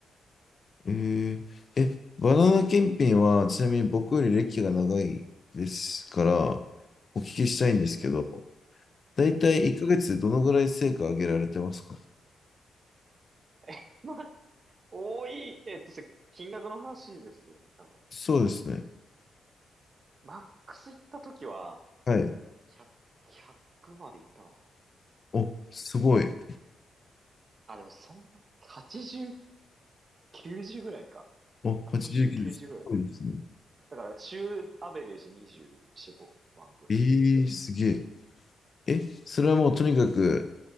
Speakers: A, on the left (about 35°); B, on the right (about 35°).
A: えー、え、バナナ検品は、ちなみに僕より歴が長いですから、お聞きしたいんですけど、
B: え
A: だいたい1ヶ月でどのぐらい成果上げられてますか
B: え、ええ。<laughs> まあ、多い、えっと、それ金額の話ですよね、多分。
A: そうですね。
B: マックス行った時は、
A: はい。
B: 100、ひゃくまで行ったのかな
A: お、
B: ギリギリ。
A: すごい。
B: あ、でもそんな、80 90ぐらいか。
A: お、
B: 80、
A: 89です。
B: 90ぐらいですかね。
A: すごいですね。
B: だから、週アベレージ24、5万ぐらいで。
A: ええすげえ。え、それはもうとにかく